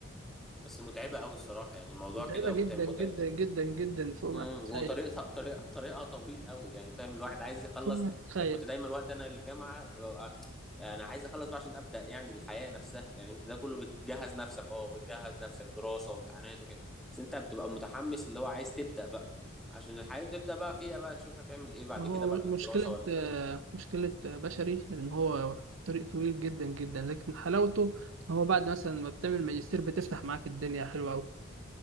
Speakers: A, in the centre; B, on the right.
A: بس متعبه قوي الصراحه يعني الموضوع
B: متعبة
A: كده
B: جدا
A: متعب متعب
B: جدا
A: يعني.
B: جدا جدا فوق
A: امم
B: ما تتخيل
A: وطريقتها طريقه طريقها طويل قوي يعني فاهم الواحد عايز يخلص
B: فوق ما تتخيل
A: انا كنت دايما وقت انا الجامعه آه، انا عايز اخلص بقى عشان ابدا يعني الحياه نفسها يعني انت ده كله بتجهز نفسك اه بتجهز نفسك دراسه وامتحانات وكده بس انت بتبقى متحمس اللي هو عايز تبدا بقى عشان الحياه تبدا بقى فيها بقى تشوف هتعمل ايه بعد
B: ما هو
A: كده بعد
B: مشكلة
A: الدراسه ولا
B: آه، مشكلة بشري إن هو طريق طويل جدا جدا لكن حلاوته إن هو بعد مثلا ما بتعمل ماجستير بتفتح معاك الدنيا حلوة أوي